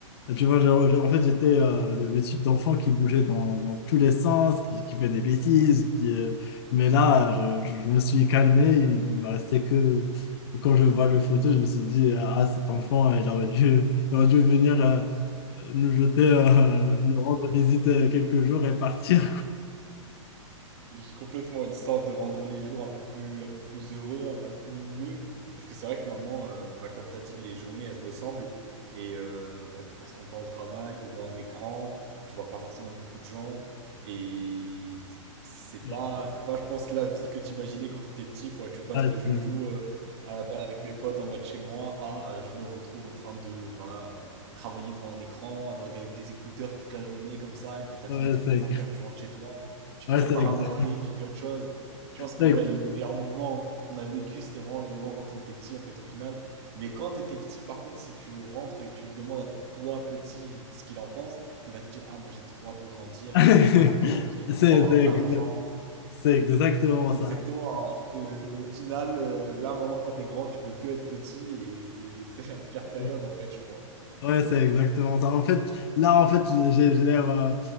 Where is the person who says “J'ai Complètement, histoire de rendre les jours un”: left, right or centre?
Right